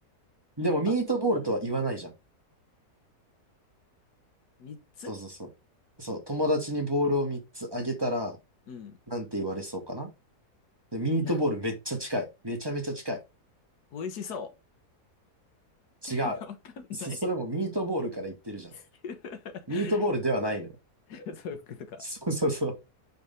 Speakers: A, on the right; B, on the left.
A: い。でもミートボールとは言わないじゃん。
B: あったら、3つ
A: そうそうそう。そう、友達にボールを3つあげたら、
B: うん。
A: なんて言われそうかな。で、ミートボールめっちゃ近い。
B: なん、
A: めちゃめちゃ近い。
B: 美味しそう。
A: 違う。
B: <laughs> いやわかんない。
A: そ、それもミートボールから言ってるじゃん。
B: <laughs>
A: ミートボールではないのよ。
B: そういうことか。
A: <laughs> そうそうそう。